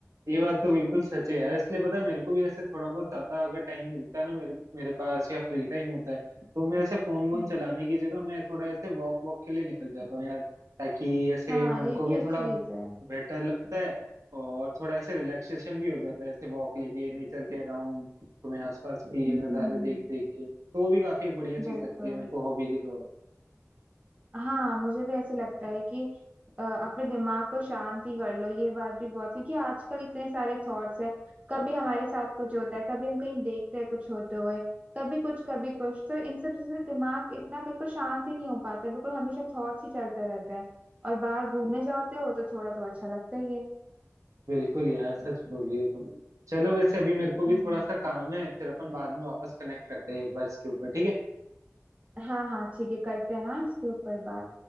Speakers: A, on the right; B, on the right.
A: ये बात तो बिल्कुल सच है यार इसलिए पता है मेरे को भी ऐसे थोड़ा बहुत ज्यादा अगर टाइम मिलता है ना मेरे मेरे पास या फ्री टाइम होता है तो मैं ऐसे फोन वोन
B: हम्म
A: चलाने की जगह मैं थोड़ा ऐसे वॉक वॉक के लिए निकल जाता हूँ यार ताकि ऐसे
B: हाँ
A: मन
B: ये
A: को
B: भी
A: भी
B: अच्छी
A: थोड़ा
B: चीज है
A: बेटर लगता है और थोड़ा ऐसे रिलैक्सेशन भी हो जाता है ऐसे वॉक लेके नेचर के अराउंड तुम्हें आसपास के
B: हम्म,
A: नज़ारे देख देख के तो वो भी काफी एक बढ़िया चीज
B: बिल्कुल
A: लगती है मेरे को हॉबी के तौर
B: हाँ मुझे भी ऐसे लगता है कि अ, अपने दिमाग को शांति कर लो ये बात भी बहुत क्योंकि आजकल इतने सारे थॉट्स हैं कभी हमारे साथ कुछ होता है कभी हम कहीं देखते हैं कुछ होते हुए कभी कुछ कभी कुछ तो इन सब चीजों से दिमाग इतना बिल्कुल शांत ही नहीं हो पाता है बिल्कुल हमेशा थॉट्स ही चलते रहते हैं और बाहर घूमने जाते हो तो थोड़ा तो अच्छा लगता ही है
A: पे। बिल्कुल यार सच बोल रही हो तुम चलो वैसे अभी मेरे को भी
B: हम्म
A: थोड़ा सा काम है फिर अपन बाद में वापस कनेक्ट करते हैं एक बार इसके ऊपर ठीक है
B: हाँ हाँ ठीक है करते हैं हाँ इसके ऊपर बात